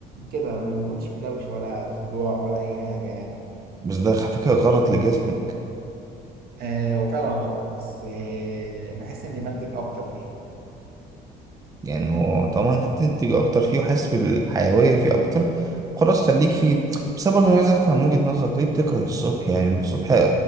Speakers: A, on the right; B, on the right.
A: كده ما بيكونش في دوشة ولا صداع ولا أي حاجة يعني
B: بس ده على فكرة غلط لجسمك
A: آه هو فعلا غلط بس آه بحس إني بنتج أكتر فيه
B: يعني هو طالما انت بتنتج اكتر فيه وحاسس بالحيوية فيه اكتر خلاص خليك فيه بس انا برضه عايز افهم وجهة نظرك ليه بتكره الصبح يعني الصبح